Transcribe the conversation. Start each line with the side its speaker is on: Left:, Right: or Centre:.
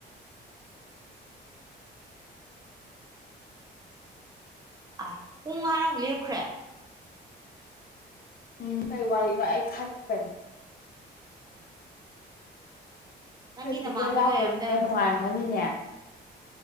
Right: ꯑ ꯄꯨꯡ ꯍꯥꯏꯔꯃꯨꯛ ꯂꯦꯞꯈ꯭ꯔꯦ
Left: ꯎꯝ ꯀꯩ ꯋꯥꯔꯤꯅꯣ ꯑꯩ ꯈꯜꯂꯤꯕꯅꯤ
Right: ꯅꯪꯒꯤ
Left: ꯄ꯭ꯔꯦꯛꯇꯤꯀꯦꯜ
Right: ꯅꯃꯥꯡꯗ
Left: ꯌꯥꯎꯗꯕꯅꯤꯅ
Right: ꯂꯩꯔꯝ ꯂꯩꯔꯝꯕ
Left: ꯅꯨꯡꯉꯥꯏꯔꯝꯒꯅꯤꯅꯦ